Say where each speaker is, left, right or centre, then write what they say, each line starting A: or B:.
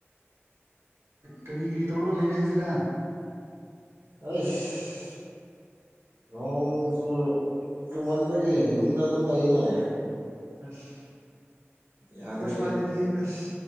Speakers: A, on the right (about 85°); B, on the right (about 60°).
A: ꯀꯔꯤ ꯀꯔꯤ ꯇꯧꯔꯒ ꯂꯩꯔꯦ ꯍꯧꯖꯤꯛꯀꯥꯟ
B: ꯑꯩꯁ ꯅꯣꯡ ꯆꯨꯔꯣ ꯆꯨꯝꯃꯟꯕꯒꯤ ꯌꯨꯝꯗ ꯑꯗꯨꯝ ꯂꯩꯅꯦ
A: ꯑꯁ
B: ꯌꯥꯗ꯭ꯔꯦ
A: ꯑꯩꯈꯣꯏ ꯁꯋꯥꯏꯗꯤ ꯑꯁ